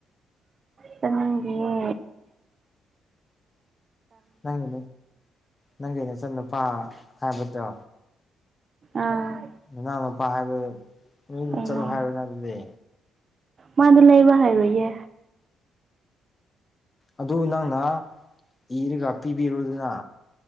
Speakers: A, on the right; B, on the left.
A: ꯆꯅꯤꯡꯗꯤꯌꯦ
B: ꯅꯪꯒꯤ ꯅꯪꯒꯤ ꯅꯆꯥ ꯅꯨꯨꯄꯥ ꯍꯥꯏꯕꯗꯣ
A: ꯑꯥ
B: ꯃꯅꯥꯎꯅꯨꯄꯥ ꯍꯥꯏꯕ
A: ꯀꯩꯅꯣ
B: ꯆꯠꯂꯣ ꯍꯥꯏꯔꯣꯅ ꯑꯗꯨꯗꯤ
A: ꯃꯥꯗꯤ ꯂꯩꯕ ꯍꯩꯔꯣꯏꯌꯦ
B: ꯑꯗꯨ ꯅꯪꯅ ꯏꯔꯒ ꯄꯤꯕꯤꯔꯣꯗꯅ